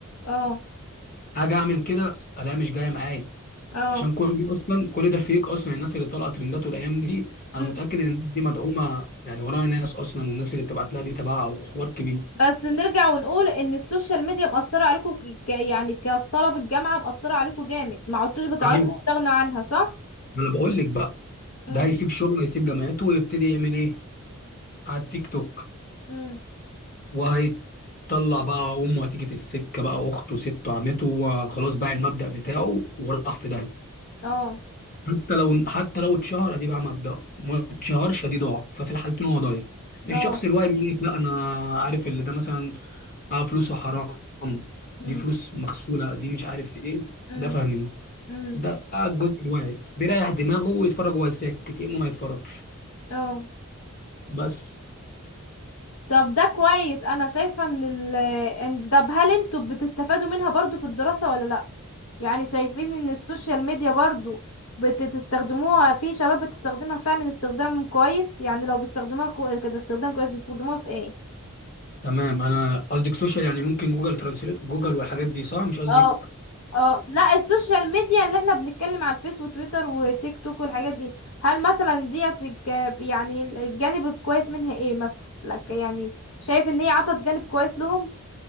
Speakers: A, on the left (about 65°); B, on the left (about 40°).
A: اه
B: اجي اعمل كده الاقيها مش جايه معايا
A: اه
B: عشان كل دي اصلا كل ده فيك اصلا الناس اللي طالعه ترنداته الايام دي انا
A: مم.
B: متاكد ان الناس دي مدعومه يعني وراها ناس اصلا والناس اللي بتبعت لها دي تبعها وحوار كبير
A: بس نرجع ونقول ان السوشيال ميديا مأثرة عليكم ك... ك- يعني كطلب الجامعة مأثرة عليكم جامد ما عدتوش بتعرفوا
B: ايوه
A: تستغنوا عنها صح
B: ما انا بقول لك بقى
A: امم
B: ده هيسيب شغله هيسيب جامعته ويبتدي يعمل ايه على التيك توك
A: امم
B: وهيطلع بقى امه هتيجي في السكه بقى اخته سته عمته وخلاص بقى المبدا بتاعه وراح في داهيه
A: اه
B: حتى لو حتى لو اتشهر ادي بقى مبدأه ما اتشهرش ادي ضاع ففي الحالتين هو ضايع
A: اه
B: الشخص الواعي بيقول لك لا انا عارف اللي ده مثلا اه فلوسه حرام
A: امم
B: دي فلوس مغسولة دي مش عارف ايه
A: امم
B: ده فاهمين
A: امم
B: ده الجزء الواعي بيريح دماغه ويتفرج وهو ساكت يقوم ما يتفرجش
A: اه
B: بس
A: طب ده كويس انا شايفة ان ال إن- طب هل انتوا بتستفادوا منها برضو في الدراسة ولا لا يعني شايفين ان السوشيال ميديا برضو بتستخدموها في شباب بتستخدمها فعلا استخدام كويس يعني لو بيستخدموها كو... كده استخدام كويس بيستخدموها في ايه
B: تمام انا قصدك سوشيال يعني ممكن جوجل ترانسليت جوجل والحاجات دي صح مش قصدك
A: اه اه لا السوشيال ميديا اللي احنا بنتكلم على الفيس وتويتر وتيك توك والحاجات دي هل مثلا ديت الج- يعني الجانب الكويس منها ايه مثلا لك يعني شايف ان هي عطت جانب كويس لهم